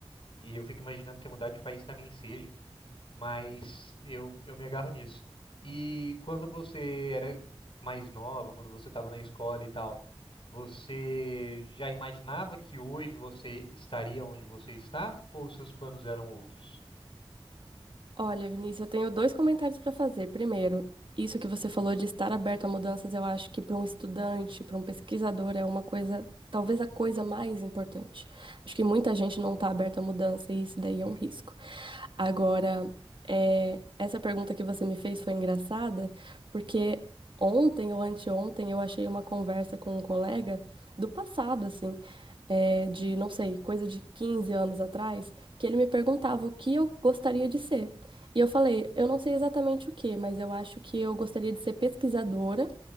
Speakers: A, on the left (about 60°); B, on the right (about 55°).
A: E eu fico imaginando que mudar de país também seja, mas eu, eu me agarro nisso. E quando você era mais nova, quando você estava na escola e tal, você já imaginava que hoje você estaria onde você está, ou seus planos eram outros?
B: Olha, Vinícius, eu tenho dois comentários para fazer. Primeiro, isso que você falou de estar aberto a mudanças, eu acho que para um estudante, para um pesquisador, é uma coisa, talvez a coisa mais importante. Acho que muita gente não está aberta a mudança e isso daí
A: Uhum,
B: é um risco. Agora, é, essa pergunta que você me fez foi engraçada, porque ontem ou anteontem eu achei uma conversa com um colega do passado, assim, é, de, não sei, coisa de 15 anos atrás, que ele me perguntava o que eu gostaria de ser. E eu falei, eu não sei exatamente o que, mas eu acho que eu gostaria de ser pesquisadora